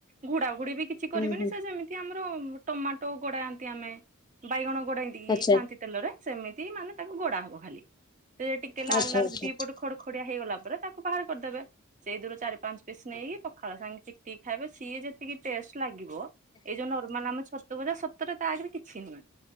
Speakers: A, on the right; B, on the left.
A: ଘୁଡାଘୁଡି ବି କି କିଛି କରିବେନି
B: ହୁଁ ହୁଁ
A: ସେ ଯେମିତି ଆମର ଟମାଟୋ ଗୋଡାନ୍ତି ଆମେ ବାଇଗଣ ଗୋଡା ଇ
B: ଆଚ୍ଛା।
A: ଖାଆନ୍ତି ତେଲରେ ସେମିତି ମାନେ ତାକୁ ଗୋଡା ହବ ଖାଲି ସେ ଟିକେ ଲାଲ
B: ଆଚ୍ଛା
A: ଲାଲ
B: ଆଚ୍ଛା
A: ଦି ପଟୁ ଖଡ ଖଡିଆ ହେଇଗଲା ପରେ ତାକୁ ବାହାର କରିଦେବେ। ସେଇ ଥିରୁ ଚାରି ପାଞ୍ଚ ପିସ୍ ନେଇକି ପଖାଳ ସାଙ୍ଗେ ଚିପିକି ଖାଇବେ ସିଏ ଯେତିକି ଟେଷ୍ଟ ଲାଗିବ ଏଇ ଯଉ ନର୍ମାଲ ଆମେ ଛତୁ ସତୁ ଭଜା ସତରେ ତା ଆଗରେ କିଛି ନୁହେଁ।